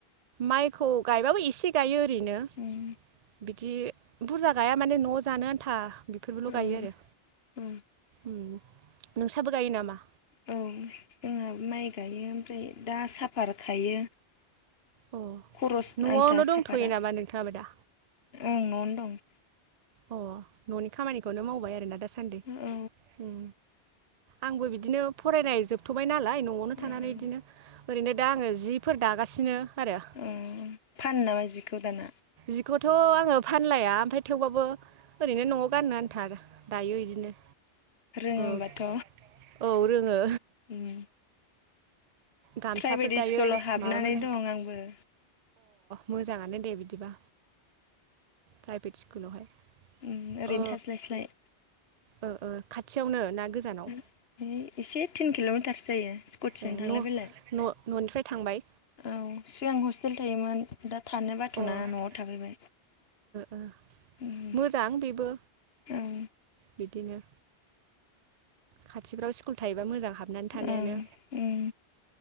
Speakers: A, on the right; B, on the left.
A: माइखौ गायबाबो एसे गायो ओरैनो
B: उम
A: बिदि बुरजा गाया माने नआव जानो आन्था बेफोरबोल गायो
B: औ
A: आरो
B: औ
A: उम नोंस्राबो गायो नामा
B: औ जोंहा माइ गायो ओमफ्राय दा साफार खायो
A: अ
B: खरस
A: न'आवनो
B: आन्था
A: दंथ'यो
B: साफातआ
A: नामा नोंथाङाबो दा
B: ओं नआवनो दं
A: अह न'नि खामानिखौनो मावबाय आरोना दासान्दि
B: दं औ
A: उम आंबो बिदिनो फरायनाय जोबथबाय नालाय न'आवनो
B: ओं
A: थानानै इदिनो ओरैनो दा आङो जिफोर दागासिनो आरो
B: उम फानो नामा जि खौ दाना
A: जिखौथ' आङो फानलाया ओमफ्राय थेवबाबो ओरैनो न'आव गाननो आनथा आरो दायो इदिनो
B: रोङोबाथ'
A: ओग औ रोङो
B: उम
A: गामसाफोर
B: प्राइभेट
A: दायो
B: स्कुलाव हाबनानै
A: माबाफोर
B: दं आंबो
A: मोजाङा दे बिदिबा प्राइभेट स्कुलावहाय
B: उम ओरैनो
A: ओ
B: थास्लाय स्लाय
A: ओ ओ खाथियावनो ना गोजानाव
B: ओइ एसे थिन किल'मिटार जायो। स्कुटिजों
A: ए
B: थांलाय
A: न'
B: फैलाय।
A: न' न'निफ्राय थांबाय
B: औ सिगां हस्टेल थायोमोन दा थानो बाथ'ना
A: अ ओ
B: न'आव थाफैबाय।
A: ओ
B: उम
A: मोजां बेबो
B: ओं
A: बिदिनो खाथिफ्राव स्कुल थायोबा मोजां हाबनानै थानायानो
B: ओं उम